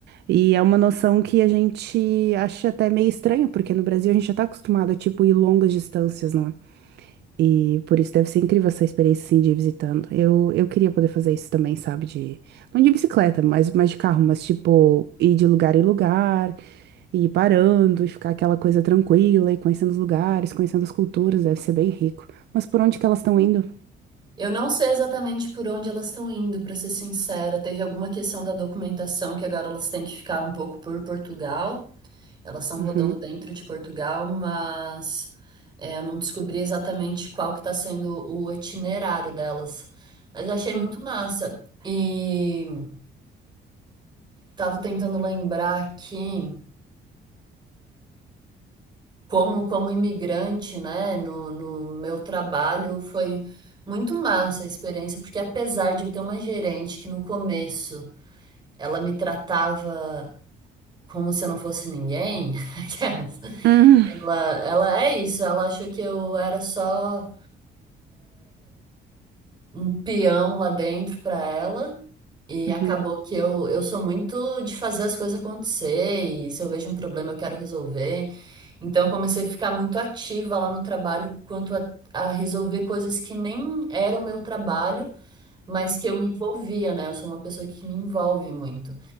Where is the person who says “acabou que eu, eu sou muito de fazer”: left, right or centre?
Right